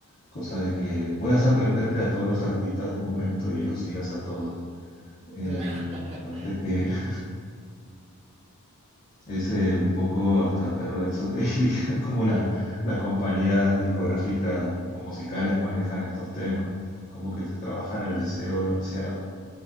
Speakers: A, on the left (about 40°); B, on the right (about 30°).
A: cosa de que puedas <laughs> aprenderte a todos los artistas del momento y los sigas a todos.
B: O
A: Eh,
B: sea,
A: aparte
B: <laughs>
A: que <laughs> es eh, un poco hasta perverso, te <laughs> diría, cómo la- las compañías discográficas o musicales manejan estos temas. Es como que te trabajan el deseo demasiado.